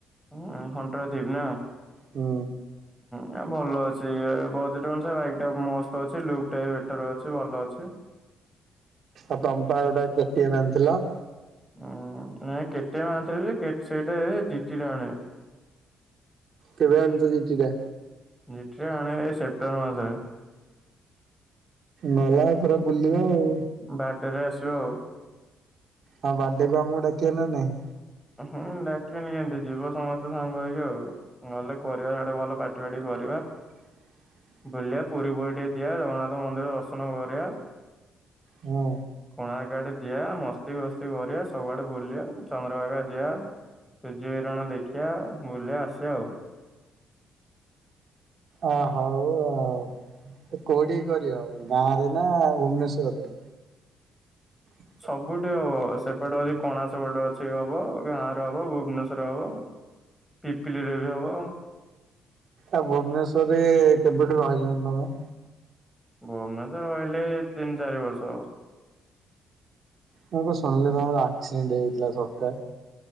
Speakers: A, in the centre; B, on the right.
A: ଉଁ ହଁ ହଣ୍ଟର ଥିବ୍ <unintelligible> ନା।
B: ହୁଁ।
A: ନା ଭଲ ଅଛି ବଜେଟ ଅନୁସାରେ ବାଇକଟା ମସ୍ତ ଅଛି। ଲୁକ୍ ଟା ବି ବେଟର ଅଛି ଭଲ ଅଛି।
B: ଆ ତମେପା ଗୋଟେ କେଟିଏମ୍ ଆଣିଥିଲ।
A: ହୁଁ ନାଇଁ କେଟିଏମ୍ ଆଣିଥିଲି ଯେ କେ ସେଇଟା ଏ ଜିଟିଟା <unintelligible> ଆଣିବି।
B: କେବେ ଅଣିଚ ଜିଟିଟା?
A: ଜିଟିଟା ଆଣିବି ଏଇ ସେପ୍ଟେମ୍ବର ମାସରେ।
B: ଭଲ ଏଥର ବୁଲିବ ଆଉ।
A: ବାଡେ ରେ ଆସିବ ଆଉ।
B: ତମ ବାର୍ଥଡେ କୁ ଆମକୁ ଡାକିବ କି ନାଇଁ?
A: ହୁଁ ଡାକିବି ନିହାତି ଯିବ ସମସ୍ତେ ସାଙ୍ଗ ହେଇକି ଆଉ। ନହେଲେ କରିବା ସିଆଡେ ଭଲ ପାଟି ଫାଟି କରିବା।
B: <inaudible>
A: ବୁଲିବା ପୁରୀ ପୁରୀ ଟିକେ ଯିବା ଜଗନ୍ନାଥ ମନ୍ଦିର ଦର୍ଶନ କରିବା।
B: ହୁଁ
A: କୋଣାର୍କ ଆଡେ ଯିବା ମସ୍ତି ଫସ୍ତି କରିବା ସବୁଆଡେ ବୁଲିବା ଚନ୍ଦ୍ରଭାଗା ଯିବା ସୂର୍ଯ୍ୟ କିରଣ ଦେଖିିବା ବୁଲିବା ଆସିବା ଆଉ।
B: ଅ ହଉ ଆଉ କୋଉଠି କରିଅ ଗାଁରେ ନା ଭୁବନେଶ୍ୱରରେ? ହ <inaudible>
A: ସବୁଠି ହବ ସେପଟେ ଅଛି କଣା ସେପଟେ ଅଛି ହବ ଗାଁରେ ହବ ଭୁବନେଶ୍ଵରରେ ହବ ପିପିଲିରେ ବି ହେବ
B: ଆଉ ଭୁବନେଶ୍ୱର ରେ କେବେଠୁ ରହିଲଣି ତମେ?
A: ଭୁବନେଶ୍ୱର ରେ ରହିଲିଣି ତିନି ଚାରି ବର୍ଷ ହବ।
B: ମୁଁ କଣ ଶୁଣିଲି ତମର ଆକ୍ସିଡେଣ୍ଟ ହେଇଥିଲା ସକାଳେ?